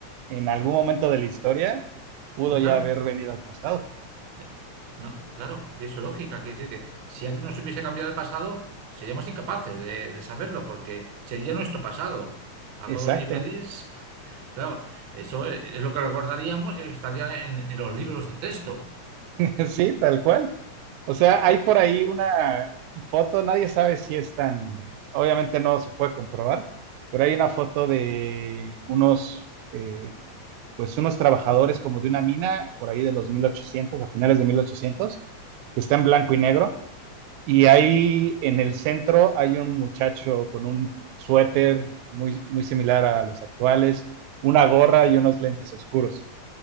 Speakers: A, on the right; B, on the right.
A: en algún momento de la historia pudo
B: Bueno, claro,
A: ya haber venido al pasado.
B: eh, no, claro, tiene su lógica. Quiere decir que si antes nos hubiese cambiado el pasado, seríamos incapaces de, de saberlo, porque sería nuestro pasado. A
A: Exacto,
B: todos los niveles, claro, eso es lo que recordaríamos y lo que estaría en, en los libros de texto.
A: <laughs> sí, tal cual. O sea, hay por ahí una foto, nadie sabe si es tan, obviamente no se puede comprobar, pero hay una foto de unos, eh, pues unos trabajadores como de una mina por ahí de los 1800, a finales de 1800, que está en blanco y negro Y ahí en el centro hay un muchacho con un suéter muy, muy similar a los actuales, una gorra y unos lentes oscuros,